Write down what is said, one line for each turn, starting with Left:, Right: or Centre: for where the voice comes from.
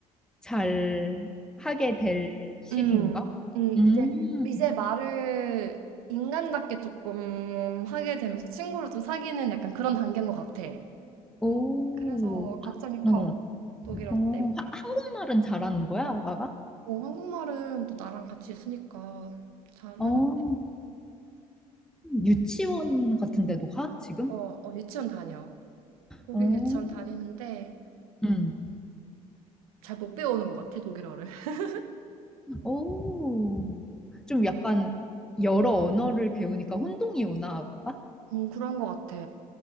Centre: 잘 하게 될 시기인가?
Right: 음, 음,
Centre: 음,
Right: 이제, 이제 말을 인간답게 조금 하게 되면서 친구를 좀 사귀는 약간 그런 단계인 것 같아.
Centre: 오,
Right: 그래서 걱정이 커,
Centre: 어,
Right: 독일어
Centre: 어,
Right: 때문에.
Centre: 하- 한국말은 잘하는 거야, 아가가?
Right: 어, 한국말은 또 나랑 같이 있으니까 잘하는데.
Centre: 어. 유치원 같은 데도 가? 지금?
Right: 어, 어, 유치원 다녀. 독일
Centre: 어,
Right: 유치원 다니는데
Centre: 음.
Right: 잘 못 배우는 것 같아, 독일어를. <laughs>
Centre: 오. 좀 약간 여러 언어를 배우니까 혼동이 오나, 봐? 빠
Right: 음, 그런 것 같아.